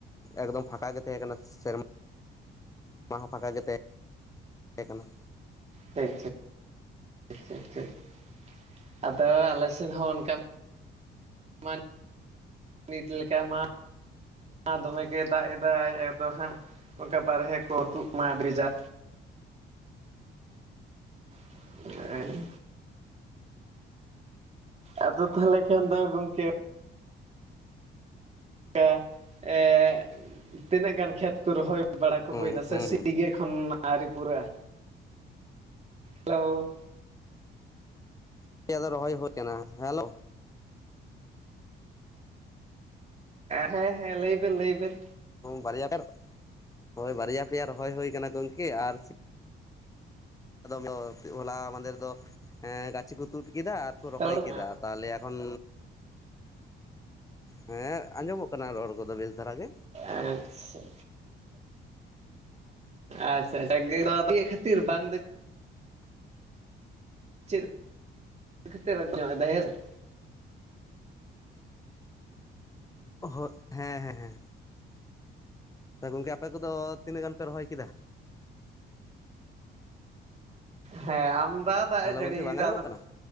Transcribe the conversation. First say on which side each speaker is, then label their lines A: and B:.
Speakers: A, on the left (about 15°); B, on the right (about 35°).
A: ᱮᱠᱫᱚᱢ ᱯᱷᱟᱸᱠᱟ ᱜᱮ ᱛᱟᱦᱮᱸ ᱠᱟᱱᱟ ᱥᱮᱨᱢᱟ᱾ ᱢᱟ ᱦᱚᱸ ᱯᱷᱟᱸᱠᱟ ᱜᱮ ᱛᱟᱦᱮᱸ ᱛᱟᱦᱮᱸ ᱠᱟᱱᱟ᱾
B: ᱴᱷᱤᱠ ᱴᱷᱤᱠ <unintelligible> ᱟᱫᱚ ᱟᱞᱮ ᱥᱮᱱ ᱦᱚᱸ ᱚᱱᱠᱟ ᱢᱟ ᱱᱤᱛ ᱞᱮᱠᱟ ᱢᱟ ᱟᱨ ᱫᱚᱢᱮᱜᱮ ᱫᱟᱜ ᱮᱫᱟᱭ ᱮᱠᱫᱚᱢ ᱦᱟᱸᱜ ᱚᱝᱠᱟ ᱵᱟᱨᱦᱮ ᱠᱚ ᱛᱩᱫ ᱢᱟ ᱟᱹᱰᱤ ᱵᱮᱡᱟᱨ <inaudible> ᱟᱫᱚ ᱛᱟᱦᱟᱞᱮ ᱠᱷᱟᱱ ᱫᱚ ᱜᱚᱝᱠᱮ ᱠᱟ ᱮᱸ ᱛᱤᱱᱟᱹᱜ ᱜᱟᱱ ᱠᱷᱮᱛ ᱠᱚ ᱨᱚᱦᱚᱭ ᱵᱟᱲᱟ ᱠᱚ
A: ᱦᱩᱸ
B: ᱦᱩᱭᱱᱟ ᱥᱮ
A: ᱦᱩᱸ
B: ᱥᱤ
A: ᱦᱩᱸ
B: ᱥᱤ ᱜᱮ ᱮᱠᱷᱚᱱ ᱟᱹᱣᱨᱤ ᱯᱩᱨᱟᱹᱜ-ᱟ? ᱦᱮᱞᱳ
A: <unintelligible> ᱫᱚ ᱨᱚᱦᱚᱭ ᱦᱳᱭ ᱠᱟᱱᱟ ᱦᱮᱞᱳ᱾
B: ᱦᱮᱸ ᱦᱮᱸ ᱞᱟᱹᱭ ᱵᱤᱱ ᱞᱟᱹᱭ ᱵᱤᱱ᱾
A: ᱵᱟᱨᱭᱟ ᱯᱮ ᱦᱳᱭ ᱵᱟᱨᱭᱟ ᱯᱮᱭᱟ ᱨᱚᱦᱚᱭ ᱦᱳᱭ ᱠᱟᱱᱟ ᱜᱚᱝᱠᱮ ᱟᱨ ᱟᱫᱚᱢ ᱫᱚ ᱦᱚᱞᱟ ᱢᱟᱸᱫᱮ ᱫᱚ ᱮᱸ ᱜᱟᱪᱷᱤ ᱠᱚ ᱛᱩᱫ ᱠᱮᱫᱟ ᱟᱨ ᱠᱚ ᱨᱚᱦᱚᱭ
B: ᱨᱚᱲ
A: ᱠᱮᱫᱟ᱾ ᱛᱟᱦᱟᱞᱮ ᱮᱠᱷᱚᱱ ᱦᱮᱸ ᱟᱸᱡᱚᱢᱚᱜ ᱠᱟᱱᱟ ᱨᱚᱲ ᱠᱚᱫᱚ ᱵᱮᱥ ᱫᱷᱟᱨᱟ ᱜᱮ᱾
B: ᱟᱪᱪᱷᱟ ᱟᱪᱪᱷᱟ <unintelligible> ᱠᱷᱟᱛᱤᱨ ᱵᱟᱝ ᱫᱚ ᱪᱮᱫ ᱠᱷᱟᱹᱛᱤᱨ <unintelligible>
A: ᱦᱳ ᱦᱮᱸ ᱦᱮᱸ ᱦᱮᱸ ᱦᱮᱸ᱾ ᱛᱟᱦᱚᱞᱮ ᱜᱚᱝᱠᱮ ᱟᱯᱮ ᱠᱚᱫᱚ ᱛᱤᱱᱟᱹᱜ ᱜᱟᱱ ᱯᱮ ᱨᱚᱦᱚᱭ ᱠᱮᱫᱟ?
B: ᱦᱮᱸ ᱟᱢᱫᱟ ᱫᱟᱜ
A: ᱦᱮᱞᱳ
B: ᱮ ᱡᱟᱹᱲᱤᱭᱮᱫᱟ
A: ᱜᱚᱝᱠᱮ ᱵᱟᱝ ᱟᱸᱡᱚᱢᱚᱜ
B: ᱟᱫᱚ ᱟᱫᱚ
A: ᱠᱟᱱᱟ